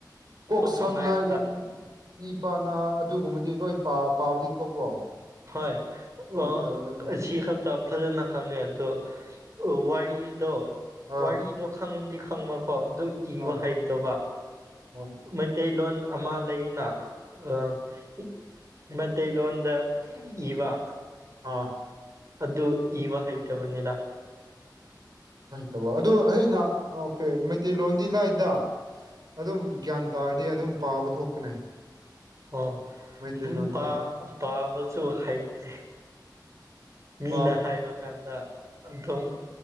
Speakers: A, on the right (about 65°); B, on the right (about 40°).
A: ꯀꯣꯛ ꯁꯝ
B: ꯁꯝꯅꯥꯏ
A: ꯂꯥꯏ
B: ꯈꯛꯇ
A: ꯏ ꯄꯥ ꯅ ꯑꯗꯨꯒꯨꯝꯕꯗꯤ ꯂꯣꯏ ꯄꯥ ꯄꯥꯕꯗꯤ ꯊꯣꯛꯄ꯭ꯔꯣ
B: ꯍꯣꯏ
A: ꯑꯣꯀꯦ
B: ꯑ
A: ꯑꯗꯨꯗꯤ
B: ꯑꯁꯤ ꯈꯛꯇ ꯐꯖꯅ ꯈꯪꯉꯦ ꯑꯗꯨ ꯋꯥꯔꯤꯗꯣ
A: ꯑꯥ
B: ꯋꯥꯔꯤꯗꯣ ꯈꯪꯗꯤ ꯈꯪꯕ ꯀꯣ ꯑꯗꯨ ꯏꯕ
A: ꯑꯣ
B: ꯍꯩꯇꯕ
A: ꯑꯣ
B: ꯃꯩꯇꯩꯂꯣꯟ ꯑꯃ ꯂꯩꯅ ꯑ ꯏ ꯃꯩꯇꯩꯂꯣꯟꯗ ꯏꯕ
A: ꯑꯥ
B: ꯑꯗꯨ ꯏꯕ ꯍꯩꯇꯕꯅꯤꯅ
A: ꯇꯧꯕ ꯑꯗꯨ ꯑꯩꯅ ꯑꯣꯀꯦ ꯃꯩꯇꯩꯂꯣꯟꯗꯤ ꯂꯥꯏꯗ ꯑꯗꯨꯝ ꯒ꯭ꯌꯥꯟ ꯇꯥꯔꯗꯤ ꯑꯗꯨꯝ ꯄꯥꯕ ꯊꯣꯛꯄꯅꯦ
B: ꯑꯣꯥ
A: ꯃꯩꯇꯩꯂꯣꯟꯗ
B: <unintelligible> ꯄꯥ ꯄꯥꯕꯁꯨ ꯍꯩꯇꯦ ꯃꯤꯅ
A: ꯄꯥꯞ
B: ꯍꯥꯏꯕ ꯀꯥꯟꯗ ꯑꯗꯨꯝ